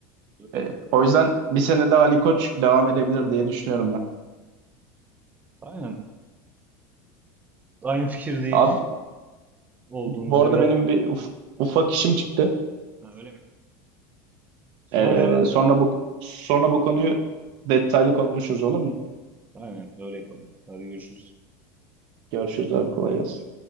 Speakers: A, on the right; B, on the right.
A: Öyle
B: Ee,
A: mi?
B: o yüzden bir sene daha Ali Koç devam edebilir diye düşünüyorum ben.
A: Aynen. Aynı fikirdeyiz
B: Abi
A: olduğumuzda
B: bu arada
A: biraz.
B: benim bir uf- ufak işim çıktı.
A: Ha, öyle mi? Sonra
B: Ee,
A: devam.
B: sonra bu sonra bu konuyu detaylı konuşuruz olur mu?
A: Aynen öyle yapalım. ya. Hadi görüşürüz.
B: Görüşürüz abi kolay gelsin.